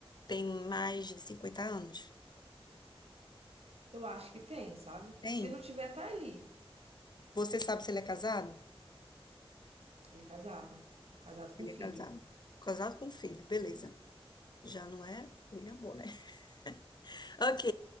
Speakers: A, on the left; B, on the right.
A: tem mais de 50 anos?
B: Eu acho que tem, sabe?
A: Tem?
B: Se não tiver, tá ali.
A: Você sabe se ele é casado?
B: Ele é casado. Casado com
A: Ele
B: filho.
A: é casado. Casado com filho, beleza. Já não é William Bonner. <laughs> Ok.